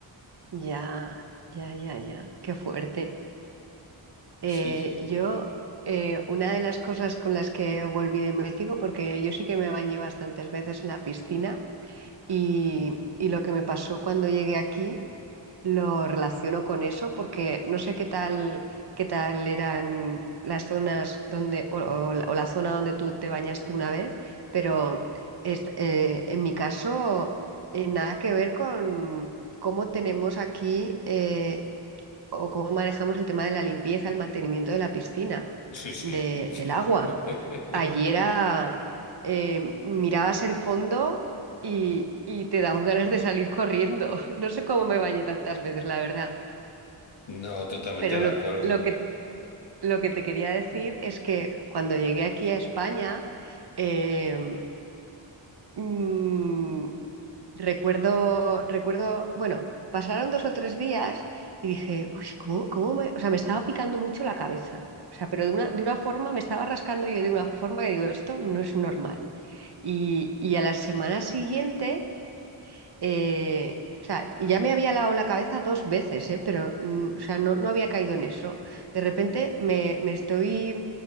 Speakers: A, on the right; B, on the left.
A: ya, ya, ya, ya. Qué fuerte. Eh,
B: Sí, sí,
A: yo, eh, una de las cosas con las que volví de México, porque yo sí que me bañé bastantes veces en la piscina y, y lo que me pasó cuando llegué aquí lo relaciono con eso, porque no sé qué tal, qué tal eran las zonas donde, o, o la o la zona donde tú te bañaste una vez, pero est- eh, en mi caso, eh, nada que ver con cómo tenemos aquí. eh, o cómo manejamos el tema de la limpieza, el mantenimiento de la piscina,
B: sí, sí.
A: de- del agua.
B: <laughs>
A: Allí era, eh, mirabas el fondo y, y te daban ganas de salir corriendo. <laughs> No sé cómo me bañé tantas veces, la verdad,
B: No, totalmente
A: pero
B: de
A: lo,
B: acuerdo.
A: que- lo que, lo que te quería decir es que cuando llegué aquí a España, eh, mm, Recuerdo, recuerdo, bueno, pasaron dos o tres días y dije, uy, ¿cómo, cómo me...? O sea, me estaba picando mucho la cabeza. O sea, pero de una, de una forma, me estaba rascando yo de una forma que digo, esto no es normal. Y, y a la semana siguiente, eh, o sea, y ya me había lavado la cabeza dos veces, eh, pero, mm, o sea, no, no había caído en eso. De repente me, me estoy, me